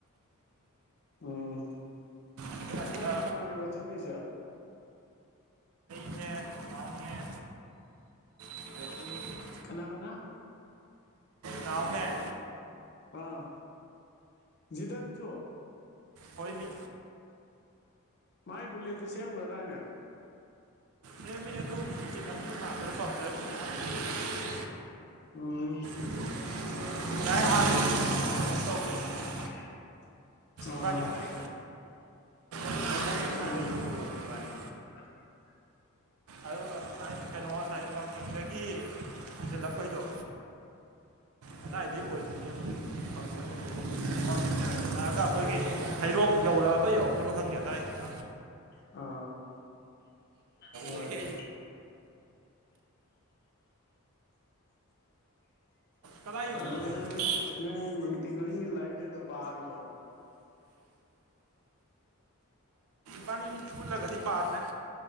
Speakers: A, on the left (about 50°); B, on the right (about 70°).
A: ꯎꯝ
B: ꯑꯗꯨꯅ
A: ꯀꯅꯥ
B: ꯁꯤꯗ
A: ꯀꯅꯥꯅꯦꯕ ꯆꯠꯂꯤꯁꯦ꯫
B: ꯑꯩꯅꯦ <unintelligible> ꯑꯗꯒꯤ ꯅꯣꯏ
A: ꯀꯅꯥ ꯀꯅꯥ꯫
B: ꯅꯥꯎꯅꯦ꯫
A: ꯑꯥ ꯖꯤꯗꯟꯖꯨ꯫
B: ꯍꯣꯏꯃꯤ꯫
A: ꯃꯥꯏ ꯕꯨꯂꯦꯠꯇꯤ ꯁꯦꯝꯒ꯭ꯔꯥꯗꯥꯥꯏꯅꯦ꯫
B: ꯁꯦꯃꯤ ꯑꯗꯨ꯫ <inaudible>
A: ꯎꯝ꯫
B: <unintelligible>
A: <unintelligible> ꯑꯥ
B: ꯏꯕꯥꯅꯤ ꯉꯁꯥꯏ ꯂꯧꯕꯨꯛꯇ
A: ꯍꯣꯏꯅꯦ
B: ꯉꯥꯏꯒ ꯌꯧꯔꯨꯔꯕꯅꯤ
A: <unintelligible>
B: ꯏꯕꯥꯅꯤ ꯑꯗꯨꯒ ꯑꯩ ꯀꯩꯅꯣ ꯉꯁꯥꯏ ꯋꯥꯡꯆꯤꯡꯗꯒꯤ ꯍꯟꯖꯜꯂꯛꯄꯩꯗꯣ
A: <inaudible>
B: ꯀꯗꯥꯏꯗꯒꯩ ꯑꯣꯏꯗꯣꯏꯅ ꯐꯪ ꯋꯥꯡꯖꯤꯡ ꯗ ꯍꯥꯏꯒꯜꯂꯛꯑꯒ ꯑꯩꯈꯣꯏꯒꯤ ꯍꯩꯔꯣꯛ ꯌꯧꯔꯛꯑꯕ ꯌꯧꯔꯛꯇ꯭ꯔꯤꯕ ꯈꯪꯗꯦ ꯑꯗꯥꯋꯥꯏꯗ
A: ꯑ ꯍꯣꯏ
B: ꯁꯣꯏ
A: <unintelligible>
B: ꯀꯗꯥꯏ ꯌꯧꯈ꯭ꯔꯒꯦ
A: <unintelligible>
B: ꯑꯅꯤꯗꯣ
A: ꯅꯪ ꯅꯨꯡꯇꯤ ꯈꯨꯗꯤꯡꯒꯤ ꯂꯥꯏꯔꯤꯛ ꯈꯔ ꯈ ꯄꯥꯔꯤꯕꯣ
B: ꯕꯥꯅꯤ ꯀꯨꯜꯂꯛꯒꯗꯤ ꯄꯥꯗ꯭ꯔꯦ